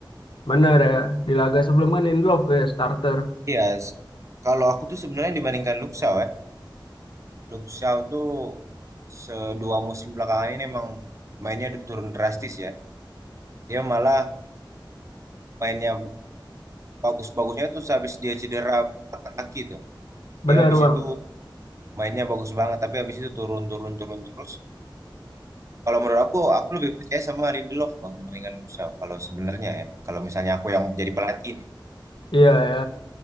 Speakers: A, on the left (about 80°); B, on the right (about 40°).
A: Benar ya, di laga sebelum kan Lindelof ya starter.
B: Iya, s- kalau aku tuh sebenarnya dibandingkan Luxau ya, Luxau tuh sedua musim belakangan ini emang mainnya udah turun drastis ya. Dia malah mainnya bagus-bagusnya tuh habis dia cedera patah kaki tuh.
A: Benar
B: Dia habis
A: bang.
B: itu mainnya bagus banget, tapi habis itu turun-turun turun terus. Kalau menurut aku, aku lebih percaya sama Lindelof bang dibandingkan Luxau. Kalau sebenarnya ya, kalau misalnya aku yang jadi pelatih nih.
A: Iya ya,